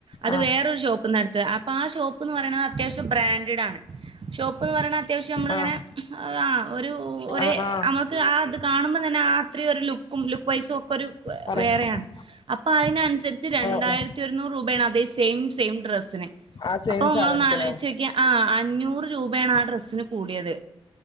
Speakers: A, on the right (about 55°); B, on the left (about 45°).
A: അത്
B: ആഹ്
A: വേറൊരു ഷോപ്പിനാ എടുത്തത് അപ്പൊ ആ ഷോപ്പുന്നു പറയുന്നത് അത്യാവശ്യം ബ്രാൻഡടാണ് ഷോപ്പുന്ന് പറഞ്ഞ അത്യാവശ്യം നമ്മളിങ്ങനെ
B: ആഹ്
A: ആ ഒരു ഒേ
B: ആഹ് ആഹ്
A: നമ്മക്ക് ആത് കാണുമ്പ തന്നെ ആ അത്ര ഒരു ലുക്കും ലുക്ക് വൈസും ഒക്കെ ഒരു
B: പറ ആഹ്
A: വേറെ അപ്പ അയിനനുസരിച് രണ്ടായിരത്തി
B: ആഹ്
A: ഒരുന്നൂറ് രൂപയാണ് അത സെയിം സെയിം ഡ്രസിന്
B: ആ സെയിം
A: അപ്പൊങ്ങളൊന്ന്
B: സാധനത്തിനോ
A: ആലോചിച്ചോക്കിയ ആ അഞ്ഞൂറ് രൂപയാണ് ആ ഡ്രസ്സിന് കൂടിയത്